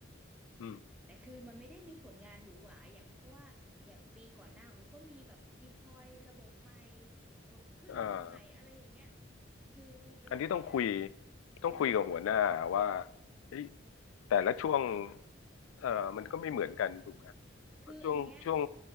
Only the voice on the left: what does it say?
อืม
เอ่อ
อันที่ต้องคุยต้องคุยกับหัวหน้าว่า
เฮ้ยแต่ละช่วงเอ่อมันก็ไม่เหมือนกันถูกไหมเพราะช่วงช่วง